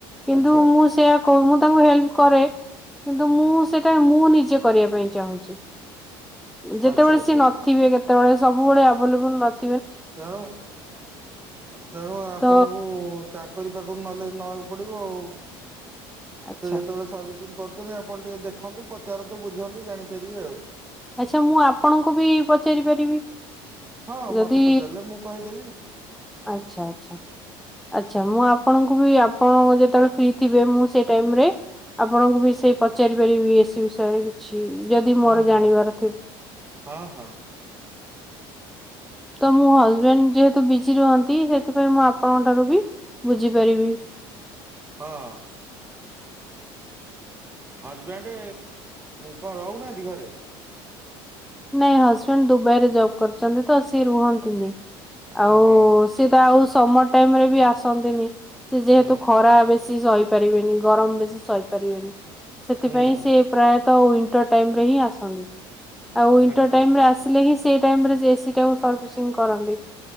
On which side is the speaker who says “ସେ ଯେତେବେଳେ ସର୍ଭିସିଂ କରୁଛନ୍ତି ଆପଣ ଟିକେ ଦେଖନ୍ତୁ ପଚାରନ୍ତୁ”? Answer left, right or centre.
Right